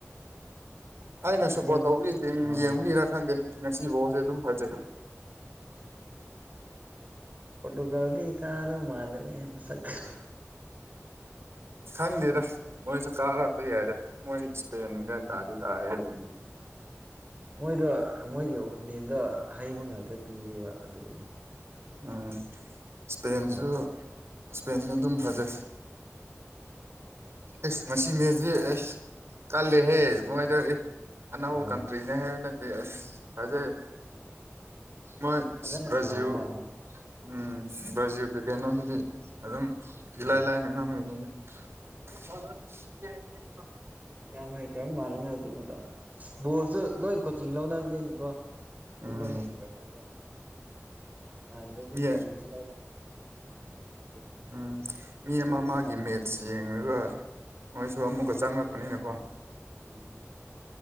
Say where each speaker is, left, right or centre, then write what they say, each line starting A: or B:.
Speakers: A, on the right; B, on the right.
A: ꯑꯩꯅ
B: ꯐꯥꯏꯅꯦꯜꯗꯗꯤ
A: ꯁꯄꯣꯔꯠ ꯇꯧꯕꯒꯤ
B: ꯇꯨꯝ
A: ꯇꯤꯝ
B: ꯑꯥ
A: ꯌꯦꯡꯕꯒꯤꯔꯥ ꯈꯪꯗꯦ ꯉꯁꯤꯒꯤ ꯕꫭꯟꯁꯤ ꯑꯗꯨꯝ ꯐꯖꯩ
B: ꯄꯔꫭꯇꯨꯒꯗꯤ ꯀꯥꯗꯧꯕꯥ ꯃꯥꯗ꯭ꯔꯤꯅꯦ ꯃꯁꯛꯇꫭ
A: ꯈꯪꯗꯦꯗ ꯃꯣꯏꯁꯨ ꯀꯥꯔꯄꯥ ꯌꯥꯏꯗꯥ ꯃꯣꯏ ꯏꯁꯄꯦꯟꯒꯥ
B: ꯎꯝ
A: ꯇꯥꯗꯤ ꯇꯥꯏꯌꯦ ꯍꯥꯏꯕꯅꯤ
B: ꯃꯣꯏꯗꯣ ꯃꯣꯏꯒꯤ ꯑꯣꯄꯤꯅꯤꯌꯟꯗꯣ ꯍꯩꯕ ꯉꯥꯛꯇꯥ ꯄꯤꯌ°ꯕꯥ ꯑꯗꯨꯒꯤꯅꯤ
A: ꯎꯝ ꯏꯁꯄꯦꯟꯖꯨ
B: ꯉꯥꯛꯇ
A: ꯏꯁꯄꯦꯟꯁꯨ
B: ꯎꯝ
A: ꯑꯗꯨꯝ ꯐꯖꯩ ꯑꯁ ꯉꯁꯤ ꯃꯦꯁꯇꯤ ꯑꯩꯁ ꯀꯜꯂꯦꯍꯦ ꯃꫭꯏꯗꫭ ꯑꯦ ꯑꯅꯧꯕꯥ
B: ꯑꯣ
A: ꯀꯟꯇ꯭ꯔꯤꯅꯦ ꯍꯥꯏꯕꯥ ꯅꯠꯇꯦ ꯑꯥꯁ ꯊꯥꯖꯩ ꯃꯣꯏ
B: ꯐꯖꯅꯥ
A: ꯕ꯭ꯔꯥꯖꯤꯜ
B: ꯁꯟꯅꯥꯕꯥ ꯃꯥꯜꯂꯤ
A: ꯎꯝ ꯕ꯭ꯔꯥꯖꯤꯜ ꯀꯥ ꯀꯩꯅꯣꯗꯨꯗꯤ ꯑꯗꯨꯝ
B: ꯎꯝ
A: ꯏꯂꯥꯏ ꯂꯥꯏꯅ ꯉꯝꯒꯅꯤ ꯗꯥ <unintelligible>
B: ꯌꯥꯝ ꯍꯩꯈ꯭ꯔꯕꯥ ꯃꯥꯜꯂꯅꯦ ꯍꯧꯖꯤꯛ ꯀꯤꯗꫭ ꯕꯣꯜꯁꯨ ꯂꯣꯏ ꯀꯣꯆꯤꯡ ꯂꯧꯅꯕꯅꯤꯅꯀꯣ ꯑꯗꯨꯏ
A: ꯎꯝ
B: ꯂꯣꯏ ꯍꯩꯒꯠꯔ°ꯕꯥ ꯍꯥꯟꯅꯗꯤꯒꯤ
A: ꯃꯤ
B: ꯀꯣꯆꯤꯡꯁꯨ <unintelligible>
A: ꯎꯝ ꯃꯤ ꯑꯃ
B: ꯍꯧꯖꯤꯛ
A: ꯃꯥꯒꯤ
B: ꯃꯇꯝ
A: ꯃꯦꯠꯁ
B: ꯎꯝ
A: ꯌꯦꯡꯂꯡꯒꯥ ꯃꯣꯏꯁꯨ ꯑꯃꯨꯛꯀꯥ ꯆꯪꯂꯛꯄꯅꯤꯅꯀꯣ
B: ꯎꯝ